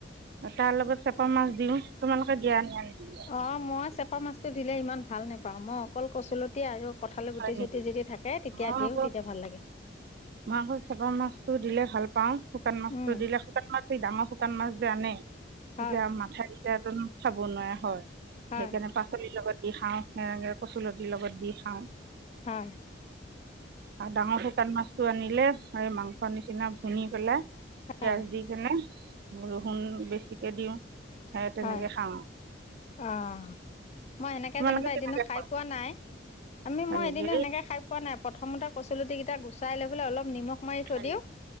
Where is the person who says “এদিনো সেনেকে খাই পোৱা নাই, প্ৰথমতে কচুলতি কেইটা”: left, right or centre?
Left